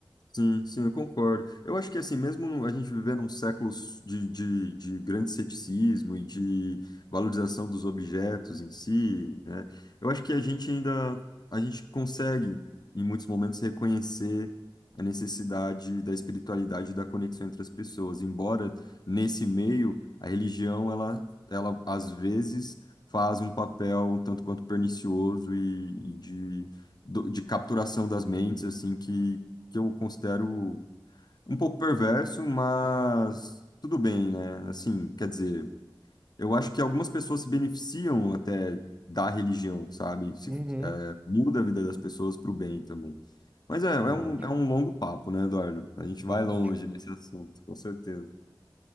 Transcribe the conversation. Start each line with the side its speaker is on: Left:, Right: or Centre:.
Left: Sim, sim, eu concordo. Eu acho que assim, mesmo no- a gente vivendo um século de, de, de grande ceticismo e de valorização dos objetos em si, né? Eu acho que a gente ainda, a gente consegue, em muitos momentos, reconhecer a necessidade da espiritualidade e da conexão entre as pessoas. Embora nesse meio, a religião, ela, ela às vezes faz um papel um tanto quanto pernicioso e, e de, do- de capturação das mentes, assim, que eu considero um pouco perverso, mas
Right: Uhum.
Left: tudo bem, né? Assim, quer dizer, eu acho que algumas pessoas se beneficiam até da religião, sabe? Se,
Right: Uhum.
Left: é, muda a vida das pessoas para o bem também. Mas é,
Right: É
Left: é
Right: verdade,
Left: um, é um longo papo, né, Eduardo? A gente
Right: verdade.
Left: vai longe desse assunto, com certeza.